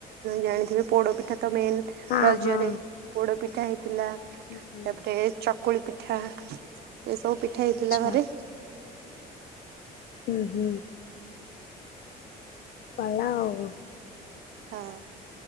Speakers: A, on the right; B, on the left.
A: ଜାଣିଥିବେ ପୋଡ଼ ପିଠା ତ ମେନ୍।
B: ହଁ
A: ରଜରେ
B: ହଁ
A: ପୋଡ ପିଠା ହେଇଥିଲା
B: ହୁଁ
A: ତାପରେ ଚକୁଳି ପିଠା ଏସବୁ ପିଠା ହେଇଥିଲା
B: ଆଚ୍ଛା
A: ଘରେ।
B: ହୁଁ ହୁଁ। ପାଲାଅବୁ
A: ହଁ।